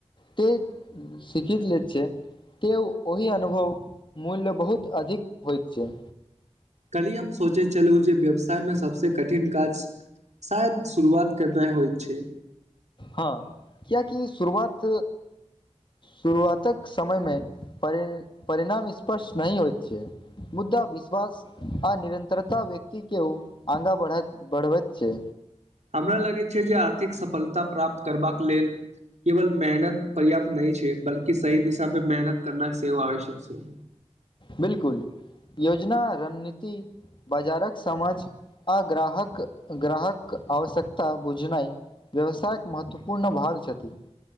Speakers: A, on the left; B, on the right.
A: ते सीखीत लेत छै। त ओहि अनुभव मूल्य बहुत अधिक होइत छै।
B: कली हम सोचै छलू जे व्यवसायमे सभसे कठिन काज शायद शुरुआत केनाइ होइत छै।
A: हँ, क्याकि शुरुआत। शुरुआतक, समयमे पर परिणाम स्पर्श नहि होइत छै। मुद्दा विश्वास। आ निरतरता व्यक्तिके आगाँ बढ़ बढ़बत छै।
B: हमरा लगैत छै जे आर्थिक सफलता प्राप्त करबाक लेल। केवल मेहनत पर्याप्त नहि छै। बल्कि सही दिशामे मेहनत करना सेव आवश्यक छै।
A: बिल्कूल योजना रणनीति। बाजारक समझ आ ग्राहक-ग्राहक आवश्यकता बुझनाइ। व्यवसायके महत्वपूर्ण भाग छथि।